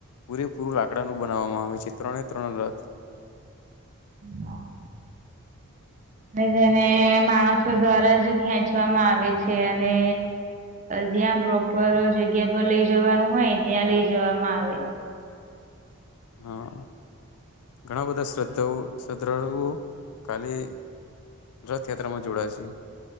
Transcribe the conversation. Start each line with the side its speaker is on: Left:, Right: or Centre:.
Left: પૂરેપૂરું લાકડાનું બનાવવામાં આવે છે ત્રણે ત્રણ રથ.
Right: હા. જેને માણસો દ્વારાજ ખેંચવામાં આવે છે અને. જ્યાં પ્રોપર જગ્યા પર લઇ જવાનું હોય ત્યાં લઈ જવામાં આવે.
Left: હા ઘણા બધા શ્રદ્ધા શધાળ ખાલી. રથયાત્રા માં જોડા છે.